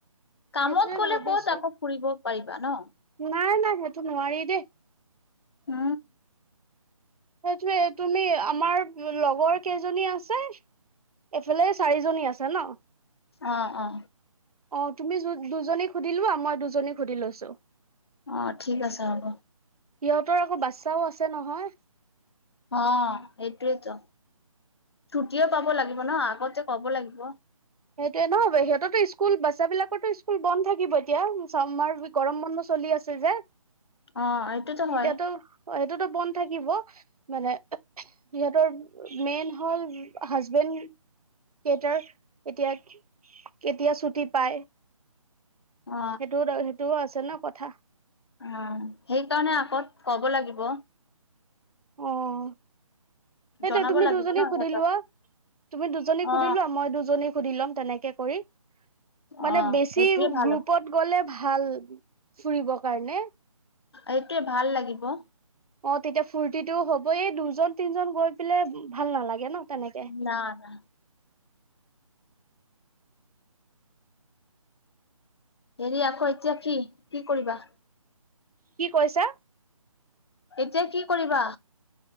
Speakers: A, on the left; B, on the right.
A: কামত
B: সেইটোয়ে
A: ক'লে গ'লে
B: ভাবিছো
A: ক'ত আাকৌ। ফুৰিব পাৰিবা ন।
B: নাই, নাই সেইটো নোৱাৰি দেই।
A: অ।
B: সেইটোৱে তুমি আমাৰ। মো লগৰ কেইজনী আছে, এফালে চাৰিজনী আছে ন।
A: অ, অ।
B: অ তুমি যু দুজনী সুধিলোৱা মই দুজনী সুধি লৈছো।
A: অঁ, ঠিক আছে হ'ব।
B: সিহঁতৰ আকৌ বাচ্ছাও আছে নহয়
A: অঁ, সেইটোয়েইেতো ঠুতিয়ে পাব লাগিব ন, আগতে ক'ব লাগিব।
B: সেইটোয়ে ন সিহঁতৰটো স্কুল বাচ্ছ বিলাকৰো স্কুল বন্ধ থাকিব এতিয়া চামাৰ ভে। গৰম বন্ধ চলি আছে যে,
A: অ এইটোতো
B: সেইটোৱেই
A: হয়
B: টো। অঁ, এইটোতো বন্ধ থাকিব মানে। সিহঁতৰ মেইন হ'ল হাজবেণ্ড কেইটাৰ। এতিয়া কেতিয়া ছুটি পায়।
A: অ
B: সেইটোও সেইটোও আছে ন কথা।
A: অঁ, সেইকাৰণে আগত ক'ব লাগিব।
B: অঁ। সেইটোৱে
A: জনাব
B: তুমি
A: লাগিব
B: দুজনীক
A: ন সিহঁতক
B: সুধিলোৱা তুমি দুজনীক সুধিলোৱা
A: অ
B: মই দুজনীক। সুধি লম তেনেকে কৰি, মানে
A: অ
B: বেছি
A: সেইটোৱে ভাল
B: গ্ৰুপত।
A: হ'ব
B: গ'লে ভাল ফুৰিব কাৰণে।
A: এইটোৱে ভাল লাগিব।
B: অঁ, তেতিয়া ফূৰ্তিটো হ'বই দুজন তিনজন গৈ পেলে ভাল নালাগে ন তেনেকে।
A: না, না। হেৰি আকৌ এতিয়া কি কি কৰিবা?
B: কি কৈছা?
A: এতিয়া কি কৰিবা?